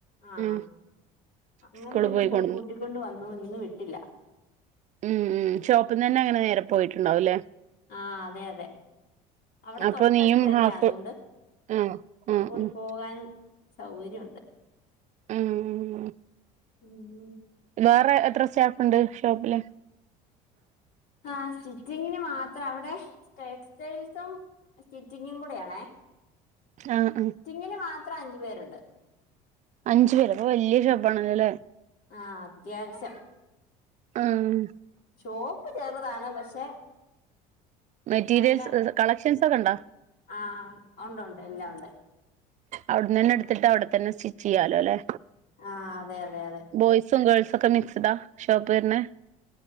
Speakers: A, on the left; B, on the right.
A: ആഹ്
B: ഉം
A: അങ്ങനെ
B: സ്കൂള്
A: പിന്നെ പോയി
B: കൊണ്ടന്ന്
A: കൂട്ടിക്കൊണ്ട് വന്നു ഇന്ന് വിട്ടില്ല
B: മ്മ് മ്മ് ഷോപ്പ്ന്നന്നെ അങ്ങനെ നേരെ പോയിട്ടുണ്ടാവും ലേ
A: ആഹ് അതെ അതെ അവടെ
B: അപ്പൊ
A: തൊട്ടടുത്ത്തന്നെ
B: നീയും ഹാഫ്
A: അത്കൊണ്ട്
B: ആഹ് ആഹ്
A: ഓടി
B: ആഹ്
A: പോകാനും സൗകര്യ ഉണ്ട്
B: ഉം
A: ഉം
B: വേറെ എത്ര സ്റ്റാഫ്ണ്ട് ഷോപ്പില്
A: ആഹ് സ്റ്റിച്ചിങ്ങിന് മാത്രം അവടെ ടെക്സ്റ്റൈൽസും സ്റ്റിച്ചിങ്ങും കൂടെയാണേ
B: ആഹ് ആഹ്
A: സ്റ്റിച്ചിങ്ങിന് മാത്രം അഞ്ച് പേരുണ്ട്
B: അഞ്ചു പേരോ അപ്പം വല്ല്യ ഷോപ്പാണല്ലോലേ
A: ആഹ് അത്യാവശ്യം
B: ആഹ്
A: ഷോപ്പ് ചേറ്താണ് പക്ഷേ
B: മെറ്റീരിയൽസ്
A: നല്ല
B: കളക്ഷൻസ് ഒക്കെ ഉണ്ടോ
A: ആഹ് ഒണ്ട് ഒണ്ട് എല്ലാം ഉണ്ട്
B: അവിട്ന്നെന്നെ ഇട്ത്തിട്ട് അവിടെത്തെന്നെ സ്റ്റിച്ച് ചെയ്യാലോല്ലെ
A: ആ അതെയതെയതെ
B: ബോയ്സും ഗേൾസൊക്കെ മിക്സ്ഡാ ഷോപ്പ് വര്ണെ